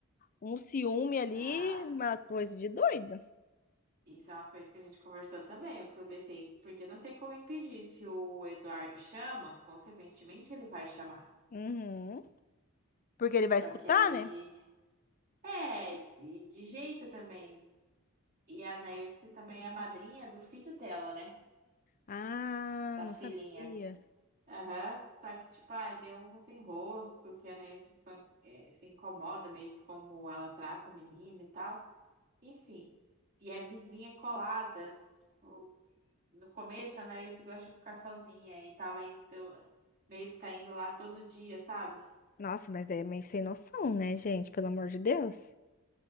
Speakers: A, on the left; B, on the right.
A: um ciúme ali,
B: tá.
A: uma coisa de doido.
B: Isso é uma coisa que a gente conversou também. Eu falei assim, porque não tem como impedir. Se o Eduardo chama, consequentemente ele vai chamar.
A: Uhum. Porque ele vai
B: Só
A: escutar,
B: que aí.
A: né?
B: É, e de jeito também. E a Nairce também é madrinha do filho dela, né?
A: Ah,
B: Da
A: não
B: filhinha.
A: sabia.
B: Aham, Só que, tipo, ai, deu uns enroscos que a Ney se, fa- eh, se incomoda meio que como ela trata a menina e tal. Enfim, e é vizinha colada. O- No começo, a Ney se gosta de ficar sozinha e tava indo, meio que tá indo lá todo dia, sabe?
A: Nossa, mas daí é meio sem noção, né, gente? Pelo amor de Deus.